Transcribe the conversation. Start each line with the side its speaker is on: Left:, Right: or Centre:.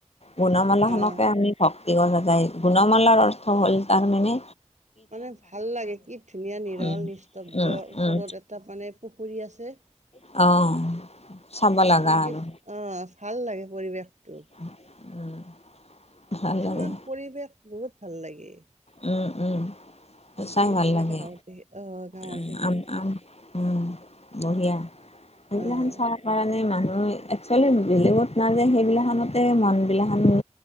Left: গুণমালা
Right: অ'
Left: খনকে আমি ভক্তি গা যাই গুণমালাৰ অৰ্থ হ'ল তাৰ মানে
Right: মানে ভাল লাগে কি ধুনীয়া নিৰল
Left: উম
Right: নিস্তব্ধ
Left: উম
Right: ওচৰত
Left: উম
Right: এটা মানে পুখুৰী আছে
Left: অ', চাব
Right: <unintelligible>
Left: লগা
Right: অ',
Left: আৰু
Right: ভাল লাগে পৰিৱেশটো
Left: <inaudible>
Right: কিছুমান
Left: লাগে
Right: পৰিৱেশ বহুত ভাল লাগে
Left: উম, উম, চাই
Right: সেইফালে
Left: ভাল লাগে
Right: গাঁৱত দেখি আহ গাঁৱত
Left: উম,
Right: দেখি
Left: আম - আম উম, বঢ়িয়া সেইবিলাখন
Right: আহ
Left: <unintelligible> কাৰণে মানুহ একচুৱেলি বেলেগত নাযায় সেইবিলা খনতে মন বিলাখন